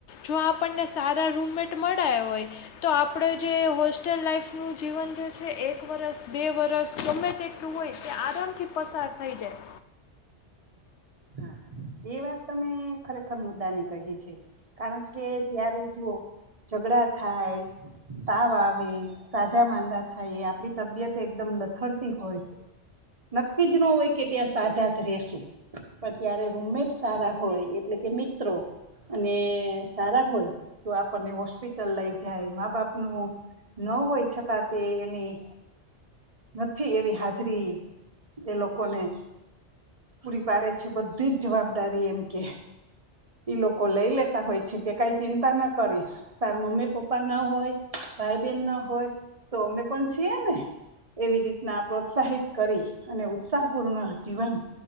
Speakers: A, on the left; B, on the right.
A: જો આપણને સારા રૂમમેટ મળ્યા હોય તો આપણે જે હોસ્ટેલ લાઈફનું જીવન જે છે એક વરસ બે વરસ ગમે તેટલું હોય તે આરામથી પસાર થઈ જાય.
B: હા એ વાત તમે ખરેખર મુદ્દા ની કહી છે કારણ કે ત્યારે જો ઝઘડા થાય તાવ આવે સાજા માંદા થાય આપણી તબિયત એકદમ લથડતી હોય નક્કી જ ન હોય કે ત્યાં સાજા જ રસું પણ ત્યારે રૂમમેટ સારા હોય એટલે કે મિત્રો અને સારા હોય તો આપણને હોસ્પિટલ લઇ જાય મા બાપનું ન હોય છતાં તે એની નથી એવી હાજરી એ લોકોને પૂરી પાડે છે બધ જ જવાબદારી એમ કે. લોકો લઈ લેતા હોય છે કે કઈ ચિંતા ના કરીશ તાર મમ્મી પપ્પા ના હોય ભાઈ બેન ના હોય તો અમે પણ છીએ ને એવી રીતના પ્રોત્સાહિત કરી અને ઉત્સાહપૂર્ણ જીવન